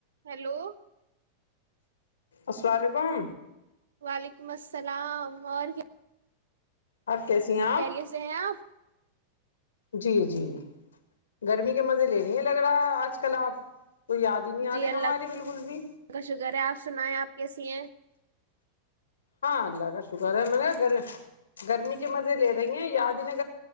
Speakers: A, on the right; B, on the left.
A: Hello
B: السلام علیکم
A: وعلیکم السلام اور کیا
B: اور کیسی ہیں آپ
A: خریے سے ہیں آپ
B: جی جی گرمی کے مزے لے نہیں لگ رہا آج کل آپ کو یاد ہی نہیں آ
A: جی
B: رہی
A: اللہ
B: ہماری بالکل بھی
A: کا شکر ہے آپ سنائیں آپ کیسی ہیں
B: ہاں اللہ کاا شکار ہے م گری گرمی کے مزے لے رہی ہیں یاد ن